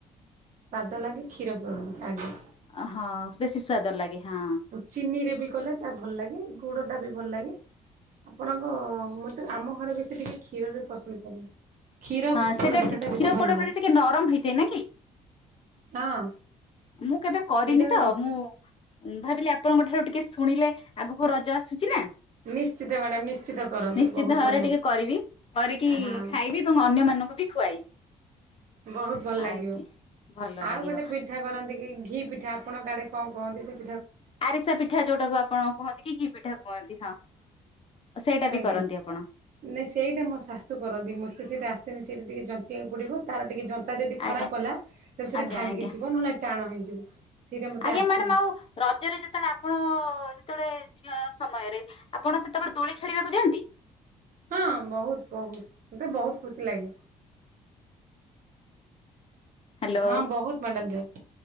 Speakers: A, on the right; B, on the left.
A: ସ୍ଵାଦ ଲାଗେ କ୍ଷୀର ପୋଡ଼ପିଠା ଆଜ୍ଞା।
B: ଅ ହଁ ବେଶୀ ସ୍ଵାଦ ଲାଗେ ହଁ।
A: ଚିନି ରେ ବି କଲେ ତ ଭଲ ଲାଗେ ଗୁଡ଼ ଟା ବି ଭଲ ଲାଗେ। ଆପଣଙ୍କ ମୋତେ ଆମ ଘରେ ବେଶୀ ଟିକେ କ୍ଷୀରରେ ପସନ୍ଦ କରନ୍ତି। କ୍ଷୀର
B: ହଁ ସେଇଟା
A: ପୋଡ଼ପିଠା ଟା
B: କ୍ଷୀର
A: ବେଶୀ ଭଲ୍
B: ପୋଡ ପିଠା
A: ଲାଗେ
B: ଟିକେ ନରମ ହେଇଥାଏ ନା କି
A: ହଁ।
B: ମୁଁ କେବେ କରିନି
A: ଦିଟାକ
B: ତ ମୁଁ ଭାବିଲି ଆପଣଙ୍କ ଠାରୁ ଟିକେ ଶୁଣିଲେ ଆଗକୁ ରଜ ଆସୁଛି ନା?
A: ନିଶ୍ଚିତ ମ୍ୟାଡ଼ାମ ନିଶ୍ଚିତ କରନ୍ତୁ
B: ନିଶ୍ଚିତ୍
A: ବହୁତ
B: ଭାବରେ
A: ଭଲ ଲାଗେ।
B: ଟିକେ କରିବି କରିକି
A: ହଁ
B: ଖାଇବି। ଏବଂ ଅନ୍ୟ ମାନଙ୍କୁ ବି ଖୁଆଇବି।
A: ବହୁତ୍ ଭଲ୍ ଲାଗିବ,
B: ଆଜ୍ଞା ଭଲ ଲାଗିବ।
A: ଆଉ ଗୋଟେ ପିଠା କରନ୍ତି କି ଘି ପିଠା। ଆପଣଙ୍କ ଆଡ଼େ କଣ କହନ୍ତି ସେଟା?
B: ଆରିସା ପିଠା ଯୋଉଟାକୁ ଆପଣ କୁହନ୍ତି କି ଘି ପିଠା କୁହନ୍ତି ହଁ। ସେଇଟା ବି
A: ଆଜ୍ଞା
B: କରନ୍ତି ଆପଣ?
A: ନାଇଁ ସେଇଟା ମୋ ଶାଶୁ କରନ୍ତି ମୋତେ ସେଇଟା ଆସେନି ସେଇଟା ଟିକେ ଜନ୍ତି ବାକୁ ପଡିବ। ତାର ଟିକେ ଜନ୍ତା ଯଦି ଖରାପ୍
B: ଆଜ୍ଞା
A: ହେଲା ତାହେଲେ ସେଇଟା
B: ଆଜ୍ଞା
A: ଭାଙ୍ଗିଯିବ
B: ଆଜ୍ଞା
A: ନହେଲେ ଟାଣ ହେଇଯିବ। ସେଇଟା ମୋତେ
B: ଆଜ୍ଞା
A: ଆସେନି।
B: ମ୍ୟାଡାମ୍ ଆଉ ରଜରେ ଯେତେବେଳେ ଆପଣ ଯେତେବେଳେ ଝିଅ ସମୟରେ ଆପଣ ସେତେବେଳେ ଦୋଳି ଖେଳିବାକୁ ଯାଆନ୍ତି?
A: ହଁ ବହୁତ୍ ବହୁତ୍ ମତେ ବହୁତ୍ ଖୁସି ଲାଗେ।
B: ହ୍ୟାଲୋ
A: ହଁ ବହୁତ୍ ମ୍ୟାଡ଼ାମ୍ ଯାଉ।